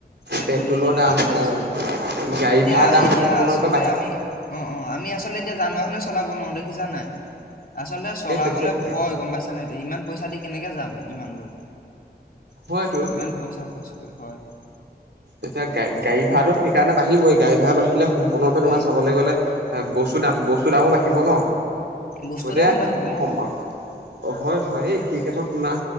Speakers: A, on the left; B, on the right.
A: পেট্ৰল
B: পেট্ৰলৰ
A: ডিজেলৰ দাম বাঢ়িছে,
B: অ গাড়ী
A: এতিয়া
B: ভাড়া দাম
A: এতিয়া
B: সম্পূৰ্ণৰূপে
A: আচলতে
B: বাঢ়ি
A: আমি। অঁ অঁ আমি আচলতে এতিয়া যান বাহনো চলাব নোৱাৰোঁ দেখিছান নাই। আচলতে
B: সেইটোৱে
A: চলাবলে
B: সেইটোৱে
A: ভয়
B: অ
A: গম পাইছান নাই এতিয়া, ইমান পইচা দি কেনেকে যাম ইমান দূৰ।
B: হয়তোৰ।
A: ইমান পইচা খৰচ কৰি, হয় হয়।
B: এতিয়া গাড়ী গাড়ীটো ভাড়াটো সেইকৰণে বাঢ়িবই গাড়ী ভাড়া বাঢ়িলে সম্পূৰ্ণকে তোমাৰ
A: গাড়ী
B: চাবলৈ
A: ভাড়া বাঢ়িব
B: গ'লে,
A: হয়
B: বস্তু দাম বস্তু দামো বাঢ়িব ন,
A: বস্তুৰ
B: গতিকে
A: দামো বাঢ়িব
B: সমা
A: অ
B: অঁ হয় হয়েই সেই ক্ষেত্ৰত তোমাৰ,